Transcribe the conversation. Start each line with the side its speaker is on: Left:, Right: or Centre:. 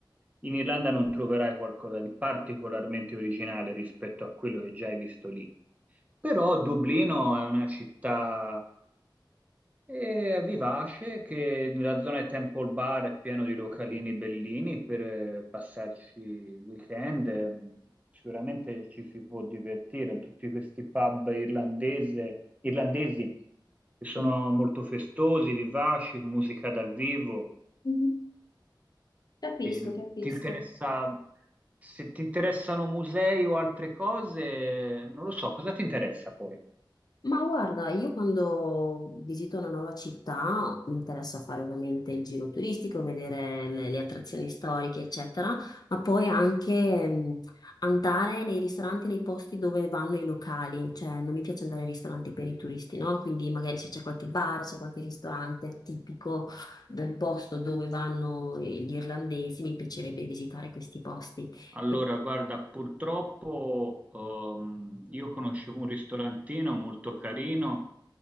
Right: In Irlanda non troverai qualcosa di particolarmente originale rispetto a quello che già hai visto lì. Però Dublino è una città e vivace che nella zona di Temple Bar è pieno di localini bellini per eh, passarci il weekend. Ehm, Sicuramente ci si può divertire in tutti questi pub irlandese- irlandesi che sono
Left: <laughs>
Right: molto festosi, vivaci, con musica dal vivo.
Left: Mhm. Capisco,
Right: Ehm,
Left: capisco.
Right: ti interessa, se ti interessano musei o altre cose, non lo so, cosa ti interessa poi?
Left: Ma guarda, io quando visito una nuova città mi interessa fare ovviamente il giro turistico, vedere le, le attrazioni storiche, eccetera, ma poi anche mh, andare nei ristoranti, nei posti dove vanno i locali, cioè non mi piace andare ai ristoranti per i turisti, no? Quindi magari se c'è qualche bar, c'è qualche ristorante tipico del posto dove vanno gli irlandesi, mi piacerebbe visitare questi posti.
Right: Allora,
Left: E-
Right: guarda, purtroppo ehm, io conoscevo un ristorantino molto carino